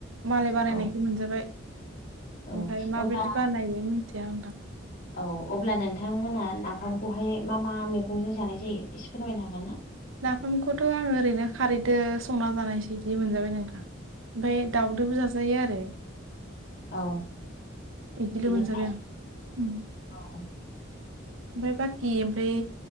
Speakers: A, on the right; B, on the left.
A: मालाय बानायनायखौ
B: औ
A: मोनजाबाय
B: औ
A: ओमफ्राय माबायदि
B: अब्ला
A: बानायो मिनथिया ओनथां।
B: औ अब्ला नोंथांमोना नाफामखौहाय मा मा मैगंजों जानाय जायो एसे फोरमायनो हागोन ना?
A: नाफामखौथ' आङो ओरैनो खारैदो संना जानायसो बिदि मोनजाबाय नोंथां। ओमफ्राय दाउदोबो जाजायो आरो।
B: औ।
A: इदिखौ'
B: बिनिफ्राय
A: मोनजाबाय आं उम ओमफाय
B: औ
A: बाखि ओमफ्राय